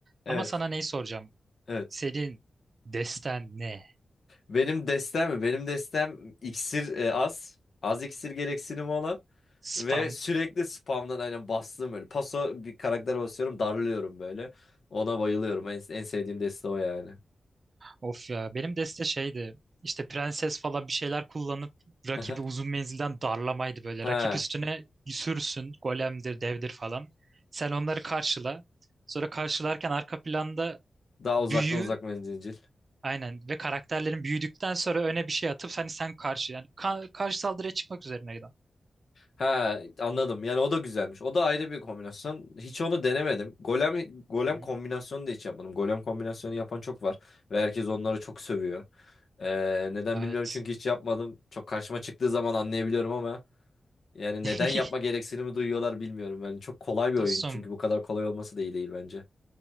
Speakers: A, on the left (about 70°); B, on the right (about 55°).
A: Evet.
B: Ama sana neyi soracağım?
A: Evet.
B: Senin desten ne?
A: Benim destem mi? Benim destem iksir e, az. Az iksir gereksinimi olan.
B: Spam
A: Ve sürekli spamdan aynen bastığım böyle. Paso bir karaktere basıyorum darlıyorum böyle. Ona bayılıyorum. En, en sevdiğim deste o yani.
B: Of ya benim deste şeydi işte prenses falan bir şeyler kullanıp rakibi
A: <laughs>
B: uzun menzilden darlamaydı böyle.
A: Ha,
B: Rakip üstüne sürsün golemdir devdir falan. Sen onları karşıla. Sonra karşılarken arka planda
A: daha
B: büyü
A: uzaktan uzak menzilcil.
B: aynen ve karakterlerin büyüdükten sonra öne bir şey atıp hani sen karşı yani ka- karşı saldırıya çıkmak üzerineydi.
A: Ha, anladım. Yani o da güzelmiş. O da ayrı bir kombinasyon. Hiç onu denemedim. Golem golem
B: Hı hı.
A: kombinasyonu da hiç yapmadım. Golem kombinasyonu yapan çok var ve herkes onları çok sövüyor. Ee, neden
B: Evet.
A: bilmiyorum çünkü hiç yapmadım. Çok karşıma çıktığı zaman anlayabiliyorum ama Yani
B: <laughs>
A: neden yapma gereksinimi duyuyorlar bilmiyorum. Yani çok kolay bir
B: Dostum
A: oyun. Çünkü bu kadar kolay olması da iyi değil bence.